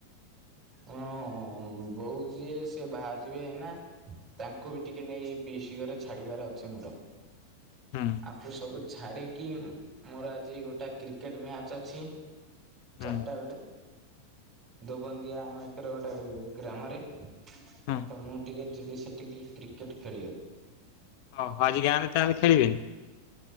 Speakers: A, on the right; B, on the left.
A: ହଁ ବୋଉଛି ସେି ବାହାରିିବେ ଏଇନା। ତାଙ୍କୁ ବି ଟିକିଏ ନେଇ ପିଇସି ଘରେ। ଛାଡିବାର ଅଛି ମୋର
B: ହୁଁ
A: ଆପୁ ସବୁ ଛାଡିକି ମୋର ଆଜି ଗୋଟେ କ୍ରିକେଟ ମ୍ୟାଚ ଅଛି
B: ହୁଁ
A: ଚାରିଟା ବେଳେ। ଦୋବନ୍ଦିଆ ଆମ ଏକର ଗୋଟେ ଗ୍ରାମରେ ତ
B: ହୁଁ
A: ମୁଁ ଟିକେ ଯିବି ସେଠିକି କ୍ରିକେଟ ଖେଳିବାକୁ।
B: ଓହୋ ଆଜି ଗାଁରେ ତାହେଲେ ଖେଳିବିନି?